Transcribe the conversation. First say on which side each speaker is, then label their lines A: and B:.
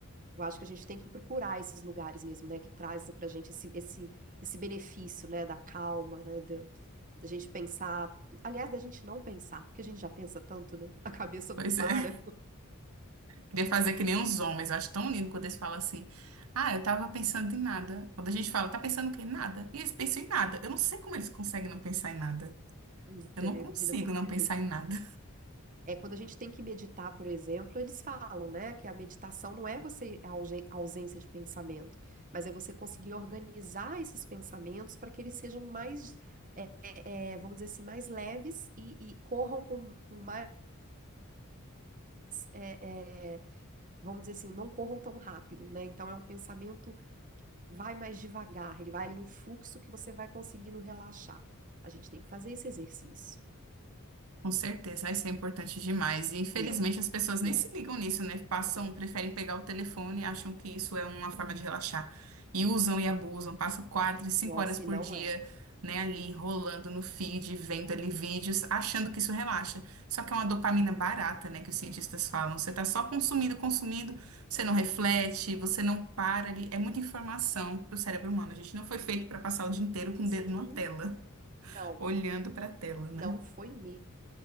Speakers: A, on the right (about 40°); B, on the right (about 80°).
A: Eu acho que a gente tem que procurar esses lugares mesmo, né, que trazem pra gente esse, esse, esse benefício, né, da calma, né, da, da gente pensar, aliás, da gente não pensar, porque a gente já pensa tanto, né, a cabeça não
B: Pois
A: para.
B: é. Queria fazer que nem uns homens. Eu acho tão lindo quando eles falam assim. Ah, eu tava pensando em nada. Quando a gente fala, tá pensando o quê? Em Nada. E eles pensam em nada. Eu não sei como eles conseguem não pensar em nada.
A: Pois
B: Eu
A: é,
B: não consigo
A: menina, porque
B: não pensar
A: a gente,
B: em nada.
A: é quando a gente tem que meditar, por exemplo, eles falam, né, que a meditação não é você a ausen- a ausência de pensamento, mas é você conseguir organizar esses pensamentos para que eles sejam mais, é, é, é, vamos dizer assim, mais leves e, e corram com, com mais é, é, vamos dizer assim, não corram tão rápido, né? Então é um pensamento que vai mais devagar, ele vai ali num fluxo que você vai conseguindo relaxar. A gente tem que fazer esse exercício.
B: Com certeza, isso é importante demais. E infelizmente
A: E é um.
B: as pessoas nem
A: e é-
B: se ligam nisso, né? Passam,
A: nossa,
B: preferem pegar o telefone, acham que isso é uma forma de relaxar. E usam e abusam, passam quatro, cinco
A: nossa,
B: horas por
A: e não
B: dia,
A: é.
B: né, ali rolando no feed, vendo ali vídeos, achando que isso relaxa. Só que é uma dopamina barata, né, que os cientistas falam. Você tá só consumindo, consumindo,
A: É.
B: você não reflete, você não para ali. É muita informação pro cérebro humano. A gente não foi feito para passar o dia inteiro com
A: Sim,
B: o dedo na tela, <laughs>
A: não.
B: olhando pra tela, né?
A: Não foi mesmo.